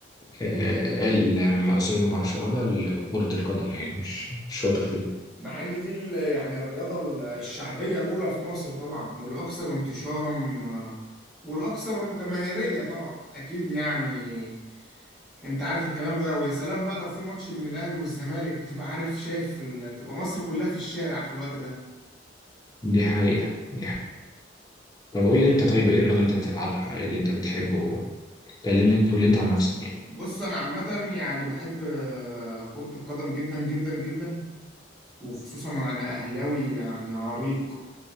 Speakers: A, on the left; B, in the centre.
A: آه، ال- سوري ما بعرفش العبها ال- كرة القدم يعني مش مش شاطر فيها
B: مع ان دي ال- يعني الرياضة ال- الشعبية الأولى في مصر طبعا والأكثر انتشارا آه، والأكثر جماهيرية طبعا أكيد يعني أنت عارف الكلام ده ويا سلام بقى لو في ماتش بين الأهلي والزمالك بتبقى عارف شايف ال... بتبقى مصر كلها في الشارع في الوقت ده
A: دي حقيقة دي حقيقة طب قول لي انت طيب ايه الرياضة اللي انت بتلعبها ايه اللي انت بتحبه كلمني انت قول لي انت عن نفسك يعني
B: بص أنا عامة يعني بحب آه، كرة القدم جدا جدا جدا وخصوصا أنا أهلاوي يعني عريق